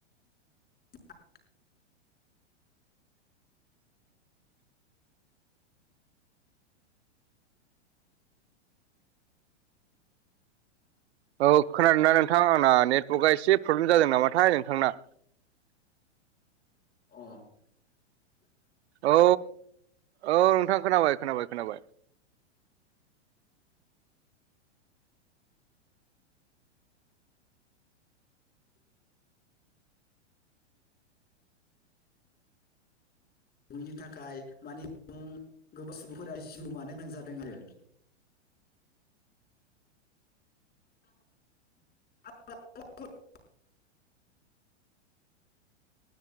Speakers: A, on the left; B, on the right.
A: <inaudible>
B: औ खोनादोंना नोंथां आंना नेटवर्कआ एसे प्रब्लेम जादों नामाथाय नोंथांना
A: अ
B: औ औ नोंथां खोनाबाय खोनाबाय खोनाबाय
A: नि थाखाय मानि गोबां सुबुंफोरा जिउ गोमानो गोनां जादों आरो <unintelligible>